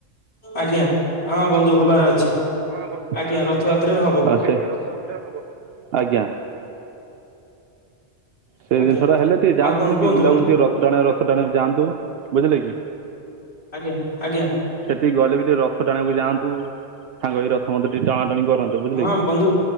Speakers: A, on the left (about 75°); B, on the right (about 70°).
A: ଆଜ୍ଞା, ହଁ ବନ୍ଧୁ ହବାର ଅଛି।
B: ହଁ ବନ୍ଧୁ, ହବାର
A: ଆଜ୍ଞା
B: ଅଛି,
A: ରଥଯାତ୍ରାରେ ହବ
B: ଆ ସେ ରଥଯାତ୍ରା ହବ। ଆଜ୍ଞା। ସେଇ
A: ଆଜ୍ଞା
B: ଜିନିଷ ଟା ହେଲେ ଟିକେ ଯାଆନ୍ତ
A: ଆଉ କଣ
B: ସେଠି
A: କୁହନ୍ତୁ
B: ବୁଲାବୁଲି
A: ବନ୍ଧୁ
B: ଟିକେ ରଥ ଟାଣେ ରଥ ଟାେ ଯାନ୍ତୁଝିଲେ କି?
A: ଆଜ୍ଞା ଆଜ୍ଞା।
B: ସେଠିକି ଗଲେ ବି ଟିକେ ରଥ ଟାଣିବାକୁ ଯାଆନ୍ତୁ, ସାଙ୍ଗ ହେଇ ରଥ ମଧ୍ଯ ଟିକେ ଟାଣା ଟାଣି କରନ୍ତୁ। ବୁଝିଲେ
A: ହଁ
B: କି
A: ବନ୍ଧୁ